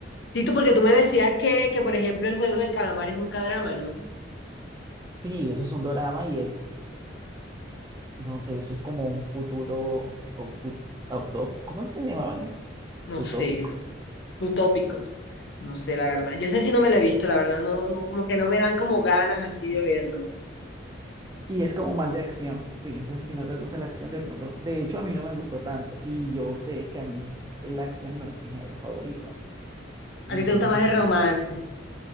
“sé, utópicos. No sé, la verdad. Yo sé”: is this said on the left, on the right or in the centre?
Left